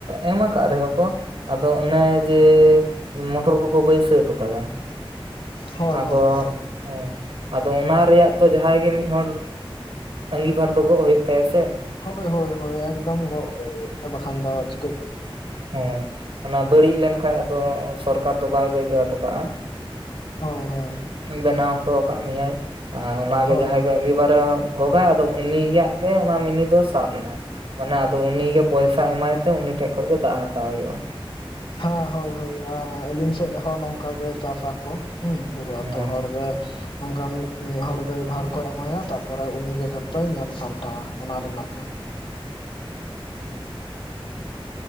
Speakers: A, on the right; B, on the left.
A: ᱮᱢ ᱟᱠᱟᱜ ᱨᱮᱦᱚᱸ ᱠᱚ ᱟᱫᱚ ᱚᱱᱮ ᱡᱮ ᱢᱚᱴᱚᱨ ᱠᱚᱠᱚ ᱵᱟᱹᱭᱥᱟᱹᱣ ᱴᱚᱠᱟᱫᱟ᱾
B: ᱦᱳᱭ
A: ᱟᱫᱚ
B: ᱦᱳᱭ ᱦᱳᱭ
A: ᱦᱚᱸ ᱟᱫᱚ ᱚᱱᱟ ᱨᱮᱭᱟᱜ ᱛᱚ ᱡᱟᱦᱟᱸᱭ ᱜᱮ ᱢᱤᱫ ᱦᱚᱲ ᱟᱸᱜᱤᱵᱷᱟᱨ ᱫᱚ ᱜᱚᱜ ᱦᱩᱭᱩᱜ ᱛᱟᱭᱟ ᱥᱮ?
B: ᱦᱳᱭ ᱦᱳᱭ ᱦᱳᱭ ᱮᱠᱫᱚᱢ ᱜᱚᱜ ᱜᱮ ᱦᱳᱭᱳᱜ ᱛᱟᱭᱟ, ᱵᱟᱠᱷᱟᱱ ᱫᱚ ᱪᱤᱠᱟᱹ
A: ᱦᱩᱸ ᱚᱱᱟ ᱵᱟᱹᱲᱤᱡ ᱞᱮᱱᱠᱷᱟᱡ ᱟᱫᱚ, ᱥᱚᱨᱠᱟᱨ ᱫᱚ ᱵᱟᱭ ᱵᱟᱹᱭ ᱜᱟᱹᱣ ᱴᱚᱠᱟᱜᱼᱟ᱾
B: ᱦᱳᱭ ᱦᱳᱭ᱾
A: ᱵᱮᱱᱟᱣ ᱦᱚᱴᱚ ᱠᱟᱣᱜ ᱢᱮᱭᱟᱭ, ᱟ ᱚᱱᱟᱜᱮ
B: ᱦᱳᱭ
A: ᱡᱟᱦᱟᱸᱭ
B: ᱦᱳᱭ
A: ᱜᱮ ᱟᱸᱜᱤᱨ ᱵᱷᱟᱨᱮ ᱜᱚᱜᱟᱭ ᱟᱫᱚ ᱩᱱᱤ ᱭᱟᱜ ᱜᱮ ᱚᱱᱟ ᱢᱤᱱᱤ ᱫᱚ ᱥᱟᱵ ᱱᱟ᱾ ᱢᱟᱱᱮ ᱟᱫᱚ ᱩᱱᱤᱜᱮ ᱯᱚᱭᱥᱟ ᱮᱢᱟᱭ ᱛᱮ, ᱩᱱᱤ ᱴᱷᱮᱜ ᱠᱷᱚᱜ ᱜᱮ ᱫᱟᱜ ᱦᱟᱛᱟᱣ ᱦᱩᱭᱩᱜᱼᱟ᱾
B: ᱦᱟᱸ ᱦᱳᱭ ᱦᱳᱭ ᱟᱹᱞᱤᱧ ᱥᱮᱫ ᱦᱚᱸ ᱱᱚᱝᱠᱟ ᱜᱮ ᱪᱟᱥᱟᱠᱚ ᱦᱩᱸ᱾ ᱯᱩᱨᱟᱹ
A: ᱦᱮᱸ
B: ᱟᱛᱳ ᱦᱚᱲ ᱜᱮ ᱚᱝᱠᱟ ᱢᱤᱫ ᱢᱤᱫ ᱦᱚᱲ ᱫᱚᱭ ᱵᱷᱟᱨ ᱠᱚ ᱮᱢᱟᱭᱟ, ᱛᱟᱯᱚᱨᱮ ᱩᱱᱤ ᱜᱮ ᱡᱷᱚᱛᱚᱭ ᱧᱮᱞ ᱥᱟᱢᱴᱟᱣᱟ, ᱚᱱᱟ ᱨᱮᱱᱟᱜ ᱫᱚ᱾ ᱦᱩᱸ᱾